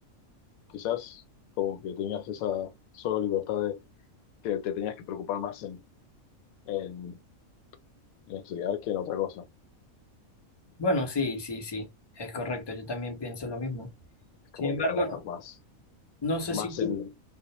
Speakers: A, on the left (about 75°); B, on the left (about 35°).
A: quizás como que tenías esa solo libertad de que te tenías que preocupar más en, en, en estudiar que en otra cosa.
B: Bueno, sí, sí, sí, es correcto, yo también pienso lo mismo.
A: Es como
B: Sin embargo,
A: que ahora estás más,
B: no sé
A: más
B: si tú,
A: en,